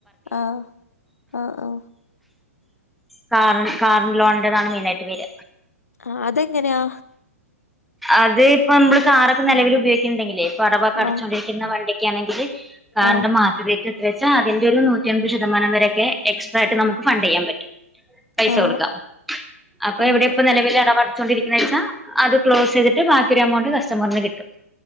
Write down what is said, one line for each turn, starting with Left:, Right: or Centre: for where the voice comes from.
Left: ആ അ അ
Centre: കാർ കാറിൻ ലോണിന്റെതാണ് മെയിനായിട്ട് വെര.
Left: ആ അതെങ്ങനെയാ
Centre: അത് ഇപ്പൊ നമ്മള് കാറൊക്കെ നെലവിൽ ഉപയോഗിക്ക്ണ്ടെങ്കിലേ ഇപ്പടവൊക്കെ അടച്ചോണ്ടിരിക്കുന്ന
Left: ആ
Centre: വണ്ടിക്കാണെങ്കിലെ കാരണ്ട
Left: ആ ആ
Centre: മാത്രെ <unintelligible> വച്ചാ അതിന്റൊരു നൂറ്റിയൻപത് ശതമാനം വരെയെക്കെ എക്സ്ര ഇട്ട് നമുക്ക് ഫണ്ട് ചെയ്യാൻ പറ്റും പൈസ
Left: ആ ആ
Centre: കൊടുക്കാം അപ്പൊ
Left: ആ
Centre: എവിടെ ഇപ്പ നിലവൽ അടവടച്ചോണ്ടിരിക്കുന്നെച്ചാ അത് ക്ലോസ് ചെയ്തിട്ട് ബാക്കി ഒരു എമൗണ്ട് കസ്റ്റമറിന് കിട്ടും